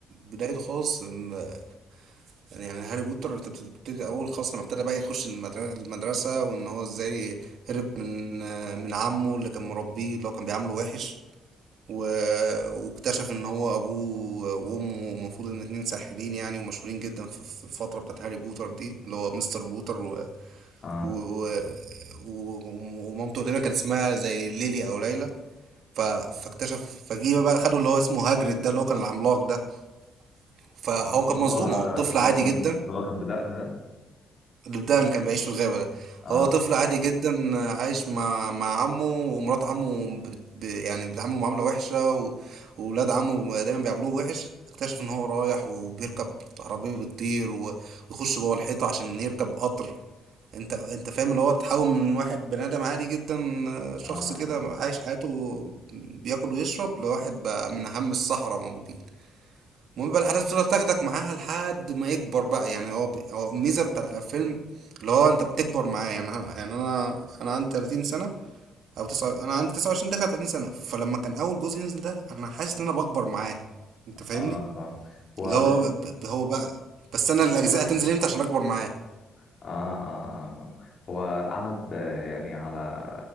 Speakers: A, on the right (about 65°); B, on the left (about 45°).
A: بدايته خالص إن- يعني يعني هاري بوتر انت بتبتدي اول خالص لما ابتدى بقى يخش المدر- المدرسه وان هو ازاي هرب من من عمه اللي كان مربيه اللي هو كان بيعامله وحش و... واكتشف ان هو ابوه وامه المفروض ان اتنين ساحرين يعني ومشهورين جدا في في الفتره بتاعت هاري بوتر دي اللي هو مستر بوتر و...
B: اه
A: و... و... ومامته تقريبا كان اسمها زي ليلي او ليلى ف... فاكتشف فجيه بقى خدوا اللي هو اسمه هاجريد ده اللي هو كان العملاق ده فهو
B: آه،
A: كان
B: اللي
A: مظلوم
B: هو
A: هو الطفل
B: اللي
A: عادي
B: هو كان
A: جدا
B: اللي هو كان بدقن ده
A: الودان اللي كان بيعيش في الغابة ده
B: اه
A: هو طفل عادي جدا آه، عايش مع مع عمه ومرات عمه بت- ب... يعني بيتعاملوا معاملة وحشة و... وولاد عمه دايما بيعاملوه وحش اكتشف ان هو رايح وبيركب عربية بتطير و... ويخش جوه الحيطة عشان يركب قطر انت انت فاهم اللي هو تحول من واحد بني ادم عادي جدا آه، شخص
B: اه
A: كده عايش حياته بياكل ويشرب لواحد بقى من اهم السحرة موجودين المهم بقى الاحداث تفضل تاخدك معاها لحد ما يكبر بقى يعني هو بي- هو الميزه بتاعت الفيلم اللي هو انت بتكبر معاه يعني انا يعني انا انا عندي 30 سنه او تسعة انا عندي 29 داخل 30 سنه فلما كان اول جزء ينزل ده انا حاسس ان انا بكبر معاه انت فاهمني
B: اه فاهم هو
A: اللي هو
B: الف
A: ب- ب- هو بقى بس انا الاجزاء هتنزل امتى عشان اكبر معاه
B: اه اه اه فاهم هو قعد آه، يعني على